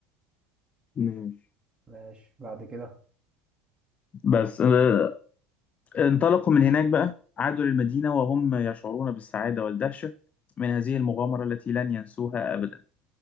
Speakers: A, on the left; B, on the right.
A: ماشي
B: ماشي بعد كده
A: بس آه انطلقوا من هناك بقى عادوا للمدينة وهم يشعرون بالسعادة والدهشة من هذه المغامرة التي لن ينسوها أبدا